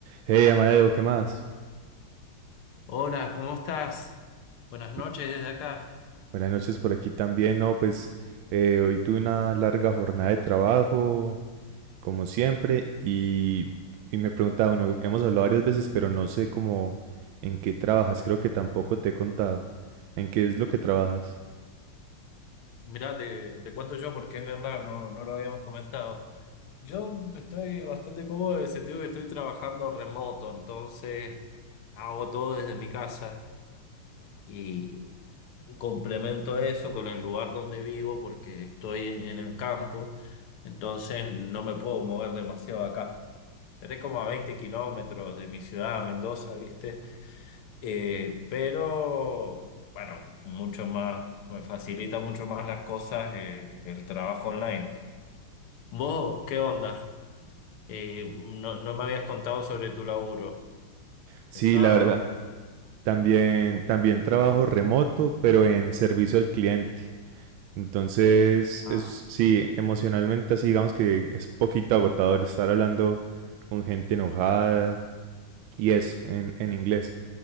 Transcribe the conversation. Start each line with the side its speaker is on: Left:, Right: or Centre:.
Right: Hey, Amadeo, ¿qué más?
Left: Hola, ¿cómo estás? Buenas noches
Right: Mi-
Left: desde acá.
Right: Buenas noches por aquí también, ¿no? Pues eh, hoy tuve una larga jornada de trabajo, como siempre, y, y me preguntaba, bueno, hemos hablado varias veces, pero no sé cómo en qué trabajas, creo que tampoco te he contado. ¿En qué es lo que trabajas?
Left: Mirá, te, te cuento yo porque es verdad, no, no lo habíamos comentado. Yo estoy bastante cómodo en el sentido que estoy trabajando remoto, entonces hago todo desde mi casa y complemento eso con el lugar donde vivo porque estoy en, en el campo, entonces no me puedo mover demasiado acá. Estaré como a 20 kilómetros de mi ciudad, Mendoza, ¿viste? Eh, pero, bueno, mucho más, me facilita mucho más las cosas eh, el trabajo online. ¿Vos qué onda? Eh, no, no me habías contado sobre tu laburo.
Right: Sí,
Left: Pesado.
Right: la verdad.
Left: ¿no?
Right: También, también trabajo remoto, pero en servicio al cliente. Entonces,
Left: Ah,
Right: es, sí, emocionalmente así, digamos que es un poquito agotador estar hablando con gente enojada Y eso, en, en inglés.